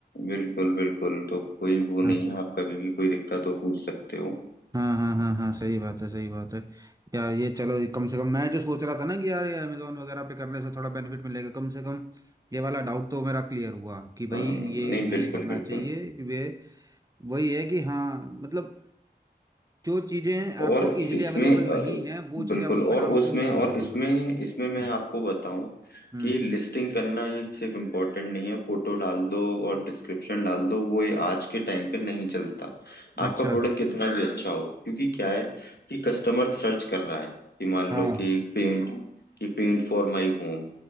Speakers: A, on the left; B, on the right.
A: बिल्कुल बिल्कुल तो कोई वो नहीं
B: हाँ
A: है आप कभी भी कोई दिक्कत हो पूछ सकते हो
B: हाँ हाँ हाँ हाँ सही बात है सही बात है यार ये चलो ये कम से कम मैं जो सोच रहा था ना कि यार ये अमेजोन वगैरह पे करने से थोड़ा बेनिफिट मिलेगा कम से कम ये वाला डाउट तो मेरा क्लियर हुआ कि भाई
A: हाँ,
B: ये
A: नहीं
B: नहीं
A: बिल्कुल
B: करना
A: बिल्कुल
B: चाहिए कि वे वही है कि हाँ मतलब जो चीज़ें आपको
A: और इसमें
B: इजीली अवेलेबल
A: अ,
B: नहीं है वो
A: बिल्कुल
B: चीज़ आप उस पर
A: और
B: डालो
A: उसमें
B: तो वो
A: और
B: हो जाएगा
A: इसमें इसमें मैं
B: हम्म
A: आपको बताऊं
B: हम्म,
A: कि लिस्टिंग करना ही सिर्फ इम्पोर्टेंट नहीं है फोटो डाल दो और डिस्क्रिप्शन डाल दो वो ये आज के टाइम पे नहीं चलता आपका
B: अच्छा
A: प्रोडक्ट कितना भी अच्छा हो क्योंकि क्या है कि कस्टमर सर्च कर रहा है कि मान
B: हाँ
A: लो कि पेंट कि पेंट फॉर माय होम